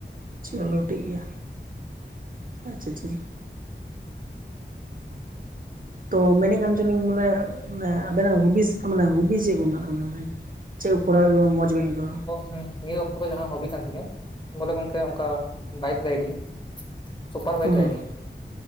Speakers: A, on the right (about 50°); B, on the left (about 25°).
A: ᱪᱚᱞᱳ ᱴᱷᱤᱠ ᱜᱮᱭᱟ ᱟᱪᱪᱷᱟ ᱟᱪᱪᱷᱟ᱾ ᱛᱚ ᱢᱮᱱᱮᱫ ᱠᱟᱱ ᱪᱱᱟᱤᱧ ᱵᱚᱞᱮ ᱟᱵᱮᱱᱟᱜ ᱦᱚᱵᱤ ᱢᱟᱱᱮ ᱦᱚᱵᱤ ᱪᱮᱫ ᱠᱚ ᱢᱮᱱᱟᱜ ᱛᱟᱵᱮᱱᱟ? ᱪᱮᱫ ᱠᱚᱨᱟᱣ ᱨᱮ ᱢᱚᱡᱽᱱ ᱵᱤᱱ ᱟᱹᱭᱠᱟᱹᱣᱟ?
B: ᱦᱮᱸ ᱱᱤᱭᱟᱹ ᱚᱠᱛᱚ ᱫᱚ ᱡᱟᱦᱟᱸ ᱦᱚᱵᱤ ᱠᱟᱱ ᱛᱤᱧᱟᱹ ᱵᱚᱞᱮ ᱜᱚᱝᱠᱮ ᱚᱱᱠᱟ ᱵᱟᱭᱤᱠ ᱨᱟᱭᱰᱤᱝ᱾ ᱥᱩᱯᱟᱨ ᱵᱟᱭᱠ
A: ᱦᱩᱸ
B: ᱨᱟᱭᱰᱤᱝ᱾